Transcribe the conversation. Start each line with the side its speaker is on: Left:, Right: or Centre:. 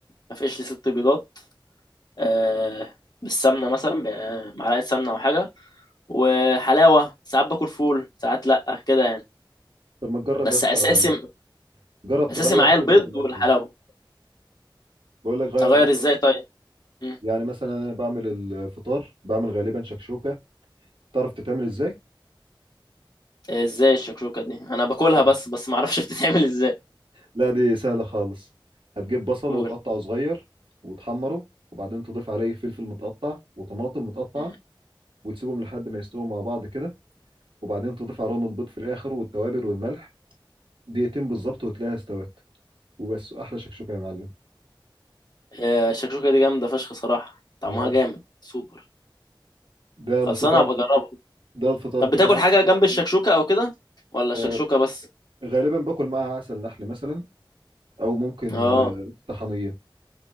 Left: ما فيش لي ست بيضات آه، بالسمنة مثلا ب- معلقة سمنة او حاجة وحلاوة ساعات باكل فول ساعات لأ كده يعني
Right: طب ما تجرب
Left: بس
Right: يا اسطى
Left: اساسي
Right: جرب
Left: اساسي
Right: تغير
Left: معايا البيض
Right: كده في الاكل
Left: والحلاوه
Right: ده بقول لك غير
Left: اغير
Right: أكل.
Left: ازاي طيب مم.
Right: يعني مثلا انا بعمل الفطار بعمل غالبا شكشوكه تعرف تتعمل ازاي
Left: ازاي الشكشوكه دي انا باكلها
Right: هقول
Left: بس
Right: لك
Left: بس ما اعرفش بتتعمل ازاي
Right: لا دي سهله خالص هتجيب بصل
Left: <laughs> قول
Right: وتقطعه صغير وتحمره وبعدين تضيف عليه فلفل متقطع وطماطم متقطعه
Left: مم.
Right: وتسيبهم لحد ما يستووا مع بعض كده وبعدين تضيف عليهم البيض في الاخر والتوابل والملح دقيقتين بالظبط وتلاقيها استوت وبس احلى شكشوكه يا معلم
Left: آه، الشكشوكه دي جامده فشخ صراحه طعمها
Right: آه.
Left: جامد سوبر
Right: ده
Left: خلصانه
Right: الفطار
Left: هبقى اجربها
Right: ده الفطار
Left: طب
Right: كده
Left: بتاكل حاجه جنب الشكشوكه او كده ولا
Right: آه،
Left: الشكشوكه بس
Right: غالبا باكل معاها عسل نحل مثلا او ممكن
Left: اه
Right: آه، طحنيه